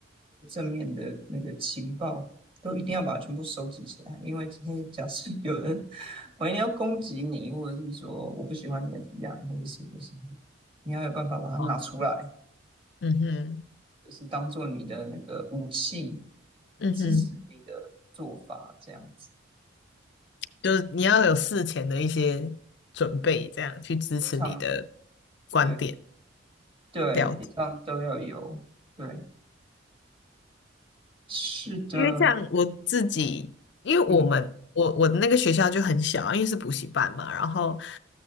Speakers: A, on the right; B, on the left.
A: 面的那个情报都一定要把它全部收集起来，因为今天假设有人我一定要攻击你，或者是说我不喜欢你的提案，或者是不是，你要有办法把它拿出来，
B: 哦，嗯哼
A: 就是当做你的那个武器，
B: 嗯哼，
A: 支持你的做法这样子。
B: 就是你要有事前的一些准备，这样去支持你的
A: 平常
B: 观点。
A: 对对，
B: 了解。
A: 平常都要有，对，是的，
B: 因为像我自己，因为我们我我的那个学校就很小，
A: 嗯，
B: 因为是补习班嘛，然后